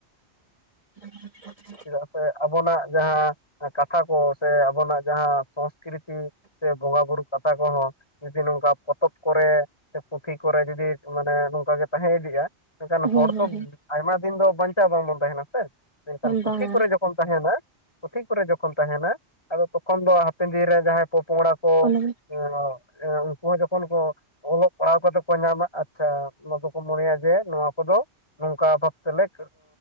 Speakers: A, on the right; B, on the left.
A: <inaudible>
B: ᱪᱮᱫᱟᱜ ᱥᱮ ᱟᱵᱚᱱᱟᱜ ᱡᱟᱦᱟᱸ ᱠᱟᱛᱷᱟ ᱠᱚ ᱥᱮ ᱟᱵᱚᱱᱟᱜ ᱡᱟᱦᱟᱸ ᱥᱚᱥᱠᱨᱤᱛᱤ ᱥᱮ ᱵᱚᱸᱜᱟ ᱵᱩᱨᱩ ᱠᱟᱛᱷᱟ ᱠᱚᱦᱚᱸ ᱡᱩᱫᱤ ᱱᱚᱝᱠᱟ ᱯᱚᱛᱚᱵ ᱠᱚᱨᱮ ᱥᱮ ᱯᱩᱛᱷᱤ ᱠᱚᱨᱮ ᱡᱩᱫᱤ ᱢᱟᱱᱮ ᱱᱚᱝᱠᱟ ᱜᱮ ᱛᱟᱦᱮᱸ ᱤᱫᱤᱜᱼᱟ ᱢᱮᱱᱠᱷᱟᱱ ᱦᱚᱲ
A: ᱦᱮᱸ
B: ᱛᱚ
A: ᱦᱮᱸ
B: ᱟᱭᱢᱟ ᱫᱤᱱ ᱫᱚ ᱵᱟᱧᱪᱟᱣ ᱵᱟᱝᱵᱚᱱ ᱛᱟᱦᱮᱱᱟ ᱥᱮ ᱢᱮᱱᱠᱷᱟᱱ
A: ᱦᱮᱸ
B: ᱯᱩᱛᱷᱤ
A: ᱵᱟᱝᱟ
B: ᱠᱚᱨᱮ ᱡᱚᱠᱷᱚᱱ ᱛᱟᱦᱮᱱᱟ ᱯᱩᱛᱷᱤ ᱠᱚᱨᱮ ᱡᱚᱠᱷᱚᱱ ᱛᱟᱦᱮᱱᱟ ᱟᱫᱚ ᱛᱚᱠᱷᱚᱱ ᱫᱚ ᱦᱟᱯᱮᱱ ᱫᱤᱱ ᱨᱮ ᱡᱟᱦᱟᱸᱭ ᱯᱚᱼᱯᱚᱝᱲᱟ ᱠᱚ
A: ᱚᱱᱟ
B: ᱮ ᱩᱱᱠᱩ ᱡᱚᱠᱷᱚᱱ ᱠᱚ ᱚᱞᱚᱜ ᱯᱟᱲᱦᱟᱣ ᱠᱟᱛᱮ ᱠᱚ ᱧᱟᱢᱟ ᱟᱪᱪᱷᱟ ᱱᱚᱣᱟ ᱫᱚᱠᱚ ᱢᱚᱱᱮᱭᱟ ᱡᱮ ᱱᱚᱣᱟ ᱠᱚᱫᱚ ᱱᱚᱝᱠᱟ ᱵᱷᱟᱵ ᱛᱮᱞᱮ